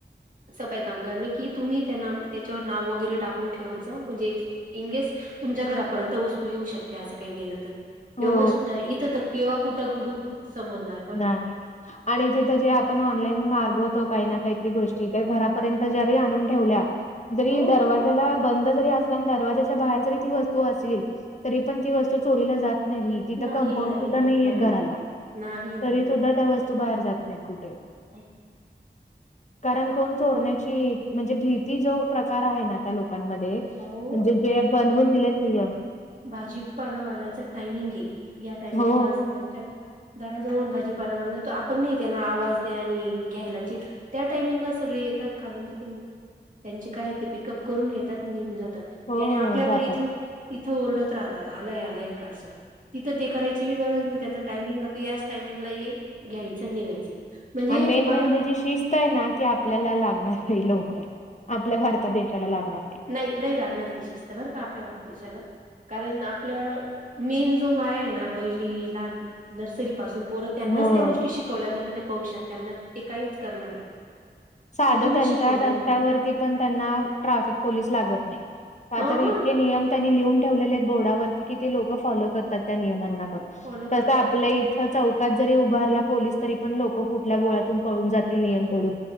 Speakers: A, on the right (about 45°); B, on the left (about 40°).
A: सफई कामगारणे की. तुम्ही त्यांना त्याच्यावर नाव वगैरे टाकून ठेवत जा म्हणजे. इन केेस तुमच्या घरापर्यंत वस्तू येऊ शकते असं काही गेलं तर. एवढं
B: हो.
A: सुद्धा आहे इथं तर केवा कुठं गवडू समजणार.
B: नाही. आणि जिथं जे आपण ऑनलाईन मार्ग होतो काही ना काहीतरी गोष्टी ते घरापर्यंत ज्यारी आणून ठेवल्या. तरी
A: हो
B: दरवाजेला. बंद जरी अस दरवाज्याच्या बाहेर जरी ती वस्तू असल तरी पण ती वस्तू चोरीला जात नाही तिथं
A: नाही
B: कंपाऊंड
A: नाही
B: सुद्धा नाहीयेत
A: नाही
B: घराला.
A: नाही नाही
B: तरी सुद्धा त्या वस्तू बाहेर
A: का?
B: जात नाहीत कुठे. <inaudible>
A: नाही.
B: कारण कोण चोरण्याची म्हणजे भीती जो प्रकार आहे ना त्या लोकांमध्ये. म्हणजे
A: अहो
B: जे बनवून दिलेत नियम.
A: भाजीपालावाल्याच टायमिंग आहे या टायमिंगला
B: हो
A: सगळ्यांच्या. दराजवन भाजीपाल्यावरो आपण नाही त्याना आवाज द्या आणि घ्यायलाची. त्या टायमिंगला सगळे येतात खालून तिथून त्यांचे काय ते पिकअप करून घेतात. त्यात निघून जातात
B: हो
A: त्याने आपल्याकडे
B: जातात
A: इथ इथं ओरडत राहतात आलाय आलाय का असं. तिथं ते करायची गरज नाही, त्यांचा टायमिंग राहतो याच टायमिंगला येईल घ्यायच निघायचं. म्हणजे
B: आणि मेन
A: मला
B: म्हणजे जी शिस्त आहे ना, ती आपल्याला लागणार ह लवकर आहे आपल्या भारतात. तर देशाला लागणार नाही.
A: नाही नाही, लागणार ती शिस्त बरं का आपल्या देशाला. कारण, आपल्या मेन जो वाय आहे ना पहिली लहान नर्सरी पासून पोर त्यांनाच
B: हो.
A: त्या गोष्टी शिक शिकवला जनार ते पाहू शकत त्यांना ते काहिच करणार आहे.
B: साध
A: तिथूनच
B: त्यांच्या
A: शिकवलं
B: रस्त्यावरती
A: जाणार ते.
B: पण त्यांना ट्राफिक पोलिस लागत नाही, का
A: अ
B: तर
A: हं
B: इतके नियम त्यांनी लिहून ठेवलेले आहेत. बोर्डावरती कि लोक फॉलो करतात, त्या नियमांना पण
A: फॉलो करतात.
B: तस आपल्या इ चौकात जरी उभारला पोलीस तरी, पण लोक कुठल्या बोळ्यातून पळून जातील नियम तोडून